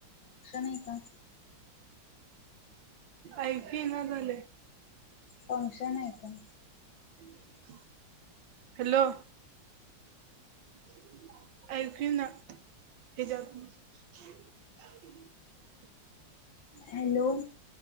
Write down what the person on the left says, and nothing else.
नाही का?
फंक्शन आहे का?
हॅलो